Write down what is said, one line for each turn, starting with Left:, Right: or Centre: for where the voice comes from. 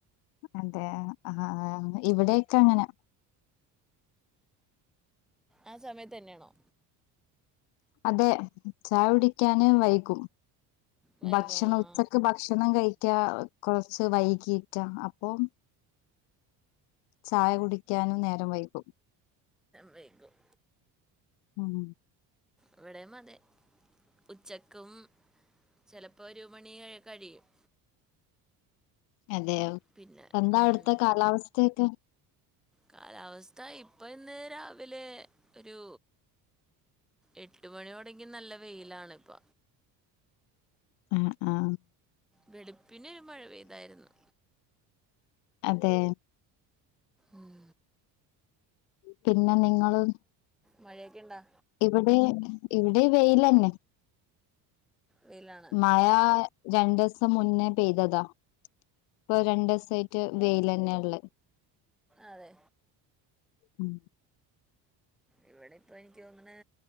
Left: അതെയാ ആ ആ ഇവിടെയൊക്കെ അങ്ങനാ
Centre: ആ സമയത്ത് തന്നെയാണോ
Left: അതെ ചായു ടിക്കാന് വൈകും
Centre: വൈകും
Left: ഭക്ഷണം
Centre: ആ
Left: ഉച്ചക്ക് ഭക്ഷണം കഴിക്കാ കുറ സൊ വൈകിയിട്ടാ അപ്പൊ ചായ കുടിക്കാനു നേരം വൈകും
Centre: വൈഗും
Left: ഉം
Centre: ഇവിടേം അതെ ഉച്ചക്കും ചെലപ്പോ ഒരു മണി കഴിയും
Left: അതെയോ
Centre: പിന്നെ
Left: എന്താ
Centre: ഉം,
Left: അവിടുത്തെ കാലാവസ്ഥയൊക്കെ
Centre: കാലാവസ്ഥ ഇപ്പോ ഇപ്പൊ ഇന്ന് രാവിലെ ഒരു എട്ട് മണിയോടെങ്കി നല്ല വെയിലാണ് ഇപ്പ
Left: ആ ആ
Centre: വെളിപ്പ് പിന്നെരു മഴ പെയ്തായിരുന്നു
Left: അതെ
Centre: ഉം
Left: പിന്നെ നിങ്ങള്
Centre: മഴയൊക്കെ ഇണ്ടാ
Left: ഇവിടെ ഇവിടെ വെയിലന്നെ
Centre: വെയിലാണ്
Left: മഴ രണ്ട്സ് സം മുന്നേ പെയ്തതാ ഇപ്പൊ രണ്ട ദിവസമായിട്ട് വെൽ തന്നെയ ഉള്ള
Centre: അതെ
Left: ഉം
Centre: ഇവിടെ ഇപ്പൊ എനിക്ക് തോന്ന്ണ്